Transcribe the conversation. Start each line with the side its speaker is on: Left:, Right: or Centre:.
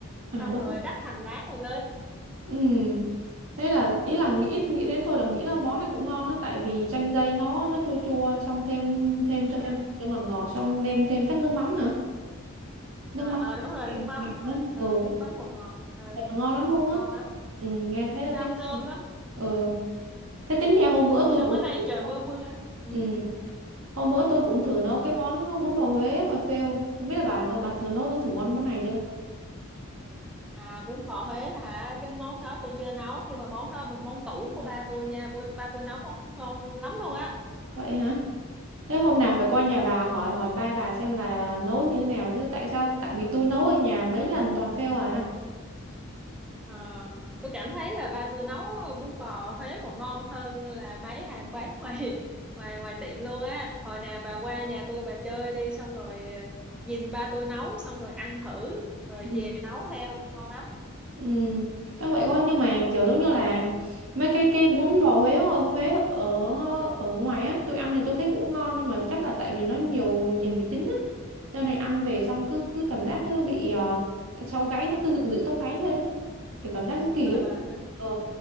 Right: à
Centre: xong
Right: đúng
Centre: rồi rắc hành lá rồi lên
Right: Ừ. Đấy là ý là nghĩ nghĩ đến thôi là nghĩ là món này cũng ngon đó tại vì chanh dây nó nó chua chua xong thêm thêm cho
Centre: à,
Right: thêm cho ngọt ngọt xong nêm thêm chắc nước mắm hả?
Centre: ừ.
Right: Nước
Centre: ờ
Right: mắm
Centre: ờ, đúng rồi nước mắm
Right: mặn nhá.
Centre: á. ừ,
Right: Ừ,
Centre: nước mắm bột ngọt ừ,
Right: thật là ngon lắm luôn á.
Centre: ngon lắm
Right: Ừ, nghe thấy là
Centre: hao
Right: thấy
Centre: cơm lắm
Right: ừ. Thế tính nhà hôm bữa tôi
Centre: xong
Right: cũng
Centre: bữa nay
Right: thử
Centre: trời mưa mưa ừ.
Right: ừ. Hôm bữa tôi cũng thử nấu cái món bún bò Huế á, bà phêu. Không biết là bà nó bà thử nấu nó thử món món này chưa?
Centre: à bún bò Huế hả cái món đó tôi chưa nấu nhưng mà món đó là món tủ của ba tôi nha ba ba tôi nấu món ngon lắm luôn á
Right: Vậy hả? Thế hôm nào phải qua nhà bà hỏi hỏi ba bà xem là nấu như thế nào chứ tại sao tại vì tôi nấu ở nhà mấy lần toàn fail à.
Centre: Ờ, tôi cảm thấy là ba tôi nấu ờ, bún bò Huế còn ngon hơn là mấy hàng quán <laughs> ngoài ngoài ngoài tiệm luôn á hồi nào bà qua nhà tôi bà chơi đi xong rồi ờ, nhìn ba tôi nấu xong rồi ăn thử rồi
Right: Ừ.
Centre: về nấu theo ngon lắm
Right: Ừ, chắc vậy quá nhưng mà kiểu giống như là mấy cái cái bún bò Huế ở Huế ở ở ngoài á, tôi ăn thì tôi thấy cũng ngon nhưng mà chắc là tại vì nó nhiều nhiều mì chính á, cho nên ăn về xong cứ cứ cảm giác cứ bị ờ, sau gáy nó cứ dựng dựng tóc gáy lên á, kiểu cảm giác cứ kỳ
Centre: ờ
Right: ấy.
Centre: ờ đó
Right: Ờ,